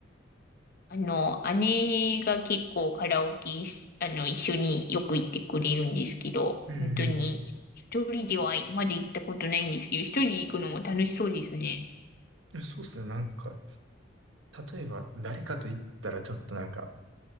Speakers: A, on the left; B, on the right.
A: あの、姉が結構カラオケし、あの、一緒によく行ってくれるんですけど、
B: うん。
A: 本当に一人ではまだ行ったことないんですけど、一人で行くのも楽しそうですね。
B: いやそうっすね。なんか、例えば、誰かと言ったらちょっとなんか、